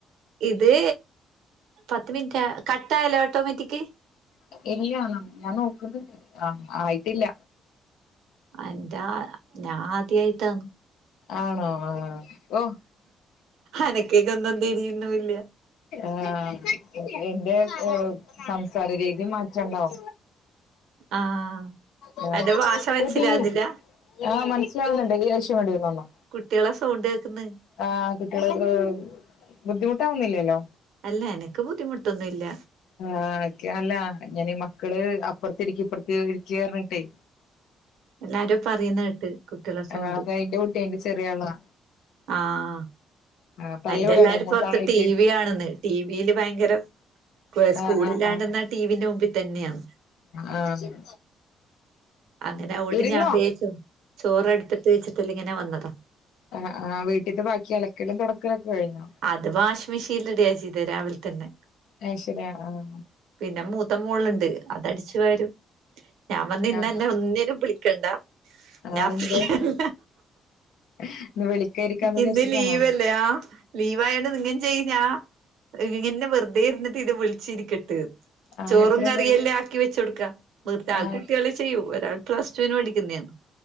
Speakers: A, on the right; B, on the left.
A: ഇത് പത്ത് മിനിറ്റ് കട്ട ആയല്ലേ ഓട്ടോമാറ്റിക്
B: ഇല്ലണം ഞാൻ നോക്കുന്നുണ്ട് ആഹ ആയിട്ടില്ല
A: എന്റൊ ഞാൻ ആദ്യായിട്ടാണ്
B: ആണോ ആ ആ ഓ
A: അനക്കൊക്ക ഒന്നും തിരിയുന്നില്ല.
B: ആഹ എന്റെ സംസാര രീതി മാറ്റണ്ടാവ
A: ആഹ്
B: ആ
A: അന്റെ ഭാഷ മനസ്സിലാകുന്നില്ല
B: ഓ പിന്നെരിക്കും ആ് മനസ്സിലാവുന്നുണ്ട് ഈ <inaudible> ലഷ്യം വേണ്ടിന്നന്ന
A: കുട്ടികളെ സൗണ്ട് കേക്കന്ന്
B: ആ് കുട്ടികക്ക് ബുദ്ധിമുട്ടാവുന്നില്ലല്ലോ
A: ല്ല എനിക്ക് ബുദ്ധിമുട്ടൊന്നുമല്ല
B: ആഹക്ക അല്ല ഞൻീ മക്കള് അപ്പുറത്തി ഇരിക്ക ഇപ്പുറത്ത ഇരിക്ക പറഞ്ഞിട്ടെ
A: എന്നരോ പറയുന്ന കേട്ട്. കുട്ടികളെ സൗണ്ട്
B: ആഹ്തെ അന്റെ കുട്ടിയിന്റെ ചെറിയ ആളാ
A: ആഹ
B: ആ തല്ല്
A: എന്റെ
B: കൂടാണേ
A: എല്ലാരുംപ്പ
B: മൂത്താളായിട്ട്
A: പുറത്ത് ടി വി ആണന്ന് ടി വിയില് ഭയങ്കര സ്കൂളില്ലാണ്ടെന്ന
B: ആ ആ ആ
A: ടിവിന്റെ മുമ്പിൽ തന്നെയാണ്
B: ആ ആ
A: അങ്ങനെ അവിടെ
B: ഇരുന്നോ
A: ഞാൻ വേ ചോറ്ടുത്തിട്ട് വെച്ചിട്ട ഇങ്ങനെ വന്നതോ
B: ആന് ആഹ് വീട്ടത്തബാക്കി അലക്കലും പറക്കലൊക്കെ കഴിഞ്ഞോ
A: അത് വാഷി മെഷീനൽ ഇട്ക ചെയ്ത രാവിലെ തന്നെ
B: അയ് ശരി ആഹ്
A: പിന്നെ മൂത്ത മോളുണ്ട് അതടിച്ചു വരും ഞാൻ പറഞ്ഞ് ഇന്നന്നെ
B: ആഹ്
A: ഒന്നിനും വിളിക്കണ്ട ഞാൻ
B: അതെന്തേ
A: ഫ്രീയല്ല
B: ഇന്ന് വിളിക്കായിരിക്കാന്ന് വിചാരിച്ചിട്ടാണോ
A: ഇന്ന് ലീവല്ലയാ ലീവ്യാണ് നിങ്ങെ ചെയ്യഞ്ഞാ ഇങ്ങനെ വെറുതെ ഇരുന്ന ഇത് വിളിച്ചിരിക്കട്ടെ
B: ആഹ്
A: ചോറും
B: എത്ര
A: കറിയെല്ലാം
B: മണി
A: ആക്കി വെച്ചു കൊടുക്ക വർ ആ
B: ആഹ്
A: കുട്ടികള ചെയ്യൂ ഒരാൾ പ്ലസ്ടുവിന് പഠിക്കുന്നതാണ്